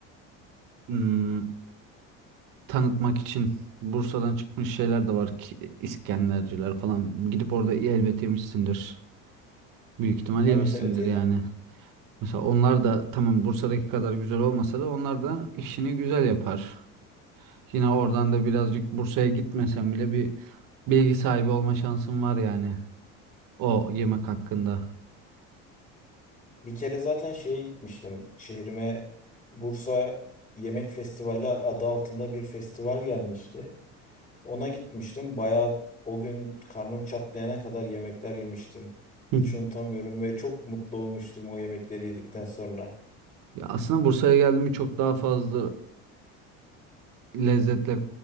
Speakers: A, on the right; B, on the left.
A: ım, tanıtmak için Bursa'dan çıkmış şeyler de var ki İskenderciler falan. Gidip orada elbet yemişsindir. Büyük ihtimal
B: Evet
A: yemişsindir
B: evet yedim.
A: yani. Mesela onlar da tamam Bursa'daki kadar güzel olmasa da onlar da işini güzel yapar. Yine oradan da birazcık Bursa'ya gitmesem bile bir bilgi sahibi olma şansım var yani o yemek hakkında.
B: Bir kere zaten şeye gitmiştim. Şehrime Bursa Yemek Festivali adı altında bir festival gelmişti. Ona gitmiştim. Bayağı o gün karnım çatlayana kadar yemekler yemiştim. Hiç
A: Hı.
B: unutamıyorum ve çok mutlu olmuştum o yemekleri yedikten sonra.
A: Ya aslında Bursa'ya geldim çok daha fazla lezzetle